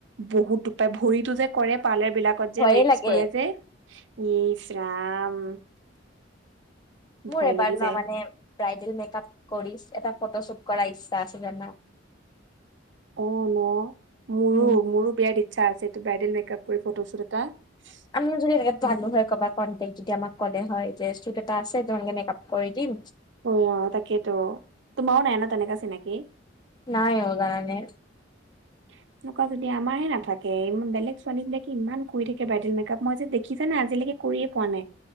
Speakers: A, on the right; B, on the left.
A: বহুত দুখ পায় ভৰিতো যে কৰে পাৰ্লাৰবিলাকত
B: ভয়ে
A: যে ৱেক্স
B: লাগে।
A: কৰে যে ইশ ৰাম
B: মোৰ
A: ভয়
B: এবাৰ
A: লাগি
B: ন
A: যায়
B: মানে ব্ৰাইডেল মেকআপ কৰি এটা ফটোশ্বুট কৰাৰ ইচ্ছা আছে জানা?
A: অ ন মোৰো
B: উম,
A: মোৰো বিৰাট আছে ব্ৰাইডেল মেকাপ কৰি ফটোশ্বুট এটা। <inaudible>
B: মোক যদি এনেকৈ পালো হয় কবাত <unintelligible> যেতিয়া আমাক ক'লে হয় যে চুট এটা আছে। তেওঁলোকে মেক আপ কৰি দিম।
A: অ তাকেইতো তোমাৰও নাই ন তেনেকা চিনাকি?
B: নাই অ জানানে।
A: <inaudible> সেনকা যদি আমাৰহে নাথাকে বেলেগ ছোৱালীবিলাকে ইমান কৰি থাকে ব্ৰাইডেল মেকআপ মই যে দেখিছা না আজিলেকে কৰিয়ে পোৱা নাই।